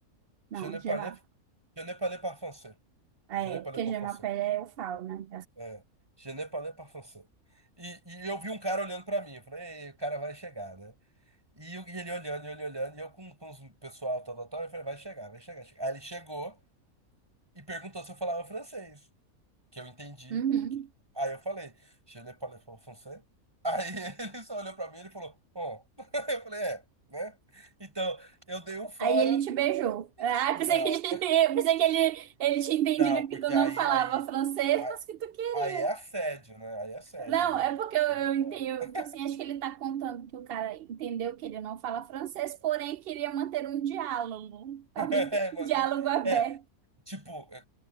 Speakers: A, on the right (about 65°); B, on the right (about 15°).
A: Não,
B: Je ne parle,
A: Gemapele.
B: je ne parle pas français.
A: É,
B: Je ne parle
A: porque
B: pas
A: Gemapele
B: français.
A: eu falo, né?
B: É, Je ne parle pas français. E, e eu vi um cara olhando pra mim. Eu falei, Ei, o cara vai chegar, né? E, eu- e ele olhando, e ele olhando, e eu com, com o pessoal, tal, tal, tal. Eu falei, vai chegar, vai chegar. chega." Aí ele chegou e perguntou se eu falava francês. que eu entendi.
A: Uhum.
B: Que, que- Aí eu falei, je ne parle pas français. Aí <laughs> ele só olhou pra mim e ele falou, bom. <laughs> Eu falei, é, né? Então, eu dei um fora.
A: Aí ele te beijou.
B: Gente,
A: Ah, eu
B: Não,
A: pensei que, ele- <laughs> eu pensei que ele, ele tinha
B: <laughs>
A: entendido
B: não, porque
A: que tu não
B: aí,
A: falava
B: aí,
A: francês,
B: a-
A: mas que tu queria.
B: aí, é assédio, né? Aí é assédio,
A: Não,
B: né?
A: é porque eu,
B: Aí
A: eu
B: não pode.
A: entendo
B: <laughs>
A: que assim, acho que ele tá contando que o cara entendeu que ele não fala francês, porém queria manter um diálogo. Talvez
B: É, mano,
A: um diálogo aberto.
B: é, tipo, é,